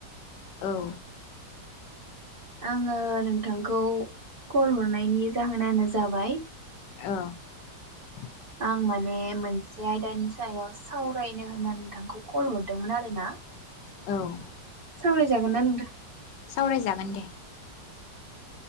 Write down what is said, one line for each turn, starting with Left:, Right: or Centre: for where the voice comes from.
Left: औ
Right: आङो नोंथांखौ कल हरनायनि जाहोनानो जाबाय-
Left: औ
Right: आं माने मोनसे आयदानि सायाव सावरायनो होननानै नोंथांखौ कल हरदोंमोन आरो ना।
Left: औ
Right: सावराय जागोन ना नोंथां?
Left: सावरायजागोन दे।